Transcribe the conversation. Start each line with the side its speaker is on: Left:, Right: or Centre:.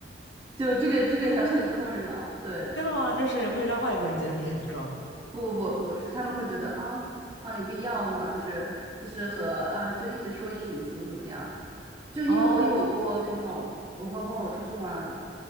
Right: 就这个这个也很困扰。对，
Left: 真的吗？就是会让外国人觉得你很装
Right: 不不不不是，他们会觉得啊啊有必要吗？就是就是和啊就一直说英语怎么怎么样，就因为我有过那种我和朋友出去玩，
Left: 哦。